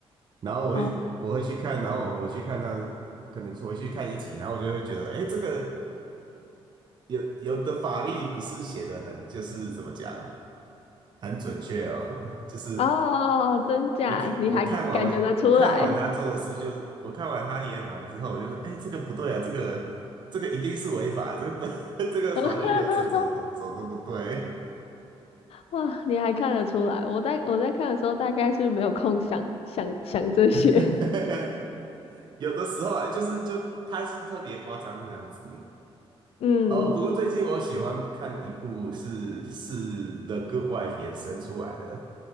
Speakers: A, on the right; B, on the left.
A: 然后我会我会去看，
B: <laughs> 哦
A: 然后我我去看他，可能我会去看一集，然后我就会觉得，哎，这个有有的法律不是写的很就是怎么讲很准确哦，<laughs> 就是
B: 哦哦哦，真假？
A: 一看我看完我我看完他做的事，
B: 你还感觉得出来？
A: 就是我看完他演完之后，我就说，哎，这个不对啊，这个这个一定是违法，这个 <laughs> 这个法律流程走的走的不对。
B: <laughs> 哇，你还看得出来？我在我在看的时候，大概是没有空想想想这些。
A: <laughs> 有的时候啊，就是就他是特别夸张这样子。
B: <laughs> 嗯，
A: 哦，不过最近我喜欢看一部是是《The Good Wife》衍生出来的，